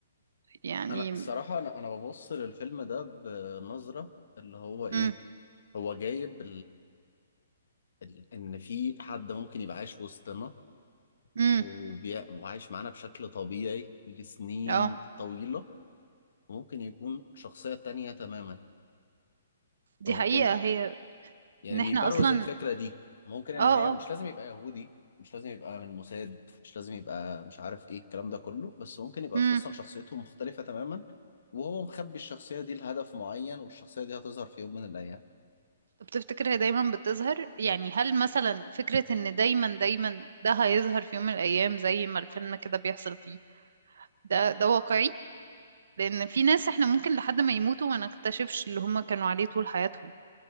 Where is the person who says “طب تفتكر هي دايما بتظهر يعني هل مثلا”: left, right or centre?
Right